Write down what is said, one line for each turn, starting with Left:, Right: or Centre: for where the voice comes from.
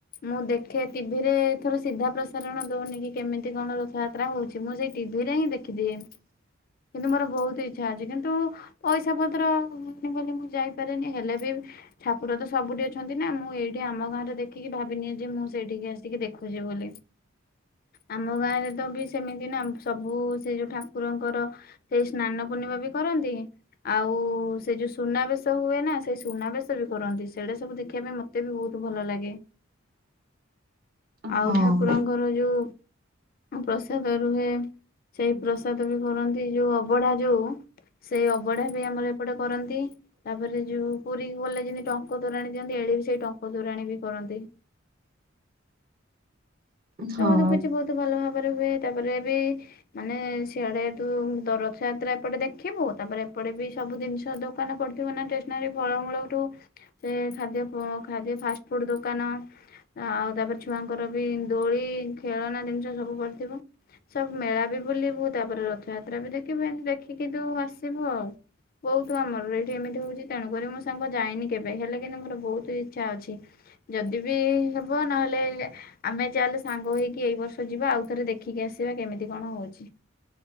Left: ମୁଁ ଦେଖେ ଟି ଭି ରେ ଥର ସିଧା ପ୍ରସାରଣ ଦୋଉନି କି କେମିତି କଣ ରଥଯାତ୍ରା ହୋଉଚି ମୁଁ ସେଇ ଟି ଭି ରେ ହିଁ ଦେଖିଦିଏ।
Right: ହଁ
Left: କିନ୍ତୁ ମୋର ବୋହୁତ ଇଚ୍ଛା ଅଛି କିନ୍ତୁ ପଇସା ପତ୍ର ହୋଉନି ବୋଲି ମୁଁ ଯାଇପାରେନି ହେଲେ ବି ଠାକୁର ତ ସବୁଠି ଅଛନ୍ତି ନାଁ ମୁଁ ମୁଁ ଏଇଠି ଆମ ଗାଁରେ ଦେଖିକି ଭାବିନିଏ ଯେ ମୁଁ ସେଇଠିକି ଆସିକି ଦେଖୁଚି ବୋଲି। ଆମ ଗାଁରେ ତ ବି ସେମିତି ନାଁ ସବୁ ସେ ଯୋଉ ଠାକୁରଙ୍କର ସେଇ ସ୍ନାନ ପୂର୍ଣ୍ଣିମା ବି କରନ୍ତି। ଆଉ ସେ ଯୋଉ ସୁନାବେଶ ହୁଏ ନାଁ ସେଇ ସୁନାବେଶ ବି କରନ୍ତି ସେଇଡ଼ା ସବୁ ଦେଖିବା ପାଇଁ ମତେ ବି ବୋହୁ ତୁ ଭଲ ଲାଗେ
Right: ହଁ।
Left: ଆଉ ଠାକୁରଙ୍କର ଯୋଉ ପ୍ରସାଦ ରୁହେ ସେଇ ପ୍ରସାଦ ବି କରନ୍ତି ଯୋଉ ଅବଢ଼ା ଯୋଉ ସେଇ ଅବଢ଼ା ବି ଆମର ଏପଟେ କରନ୍ତି ତାପରେ ଯୋଉ ପୁରୀକୁ ଗଲେ ଯେମିତି ଟଙ୍କ ତୋରାଣି ଦିଅନ୍ତି ଇଆଡ଼େ ବି ସେଇ ଟଙ୍କ ତୋରାଣି ବି କରନ୍ତି।
Right: <inaudible> ହଁ
Left: ସବୁ ଦେଖୁଚି ବୋହୁତ ଭଲ ଭାବରେ ହୁଏ। ତାପରେ ବି ମାନେ ସିଆଡ଼େ ତୁ ଦ ରଥ ଯାତ୍ରା ଏପଟେ ଦେଖିବୁ ତାପରେ ଏପଟେ ବି ସବୁ ଦିନିଷ ଦୋକାନ ପଡ଼ିଥିବ ନାଁ ଟେସନାରୀ ଫଳମୂଳଠୁ ସେ ଖାଦ୍ୟ ପ ଖାଦ୍ୟ ଫାଷ୍ଟ୍ ଫୁଡ଼୍ ଦୋକାନ ଆଉ ତାପରେ ଛୁଆଙ୍କର ବି ଦୋଳି ଖେଳନା ଦିନିଷ ସବୁ ପଡ଼ିଥିବ। ସବୁ ମେଳା ବି ବୁଲିବୁ ତାପରେ ରଥଯାତ୍ରା ବି ଦେଖିବୁ ଏମତି ଦେଖିକି ତୁ ଆସିବୁ ଆଉ। ବୋହୁତ ଆମର ଏଇଠି ଏମିତି ହୋଉଚି ତେଣୁ କରି ମୁଁ ସାଙ୍ଗ ଯାଇନି କେବେ ହେଲେ କିନ୍ତୁ ମୋର ବୋହୁତ ଇଚ୍ଛା ଅଛି। ଯଦି ବି ହେବ ନହେଲେ ଆମେ ଚାହେଲେ ସାଙ୍ଗ ହେଇକି ଏଇ ବର୍ଷ ଯିବା ଆଉ ଥରେ ଦେଖିକି ଆସିବା କେମିତି କଣ ହଉଚି।